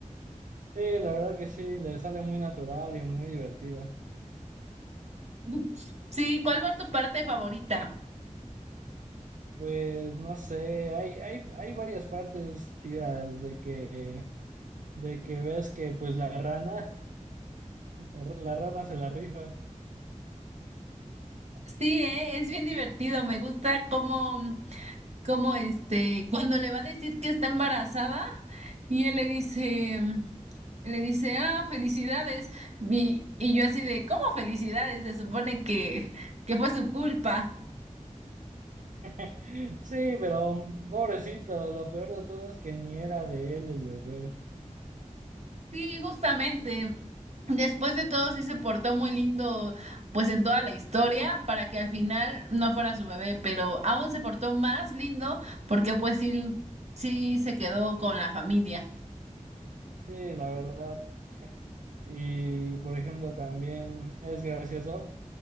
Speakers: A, on the right; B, on the right.
A: Sí, la verdad que sí, le sale muy natural y muy divertida.
B: <laughs> Sí, ¿cuál fue tu parte favorita?
A: Pues no sé, hay, hay, hay varias partes tiras de que, de que ves que pues la rana La la rana se la rifa.
B: Sí, eh, es bien divertido, me gusta cómo como este, cuando le va a decir que está embarazada y él le dice, le dice, ah, felicidades. Y, y yo así de, ¿cómo felicidades? Se supone que, que fue su culpa.
A: <laughs> Sí, pero mm, pobrecito, lo peor de todo es que ni era de él el bebé.
B: Sí, justamente. Después de todo, sí se portó muy lindo, pues en toda la historia, para que al final no fuera su bebé, pero aún se portó más lindo porque pues sí, sí se quedó con la familia.
A: Sí, la verdad. Y por ejemplo, también es gracioso.